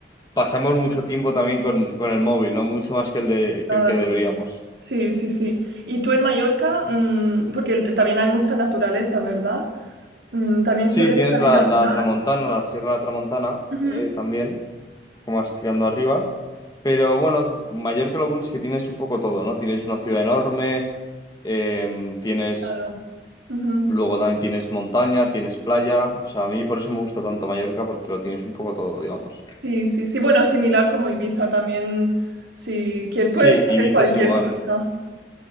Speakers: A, on the left; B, on the right.
A: pasamos mucho tiempo también con, con el móvil, no mucho más que el, de,
B: claro,
A: que el que deberíamos.
B: Sí, sí, sí. Y tú en Mallorca, mm, porque también hay mucha naturaleza, ¿verdad? Mm, también
A: Sí,
B: sueles
A: tienes
B: salir
A: la,
B: a andar.
A: la Tramontana, la Sierra de la Tramontana
B: Ujú,
A: eh, también, como más tirando arriba, pero bueno, Mallorca lo bueno es que tienes un poco todo, ¿no? Tienes una ciudad enorme, em, tienes,
B: Claro. Ujú.
A: luego también tienes montaña, tienes playa, o sea, a mí por eso me gusta tanto Mallorca, porque lo tienes un poco todo, digamos.
B: Sí, sí, sí. Bueno, similar como Ibiza también, sí, que puedes
A: Sí, Ibiza
B: hacer cualquier
A: es igual.
B: cosa.